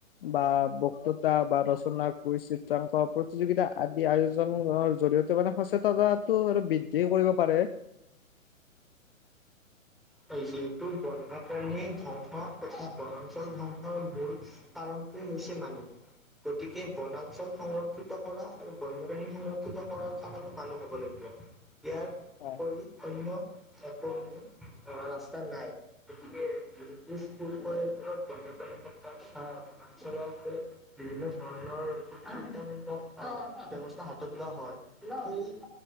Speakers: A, on the left; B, in the centre.
A: বা বক্ততা বা ৰচনা কুইজ, চিত্ৰাংক, প্ৰতিযোগিতা আদি আয়োজননৰ জৰিয়তে সটো মানে সচেতনতাটো আৰু বৃদ্ধি কৰিব পাৰে।
B: হয়, যিহেতু বন্যপ্ৰাণী ধ্বংস তথা বনাঞ্চল ধ্বংসৰ মূল কাৰণটোৱে হৈছে মানুহ। গতিকে বনাঞ্চল সংৰক্ষ ক্ষিত কৰা আৰু বন্যপ্ৰাণী সুৰং ৰক্ষিত কৰাৰ কাৰণে মানুহ হব লাগিব, ইয়াৰ
A: হয়
B: উপৰি অন্য, একো অহা ৰাস্তা নাই। গতিকে যিহেতু স্কুল কলেজত বন্যপ্ৰাণী সপ্তাহ তথা বনাঞ্চল ক লৈ বিভিন্ন ধৰণৰ <unintelligible> ব্যৱস্থা হাতত লোৱা হয়। সেই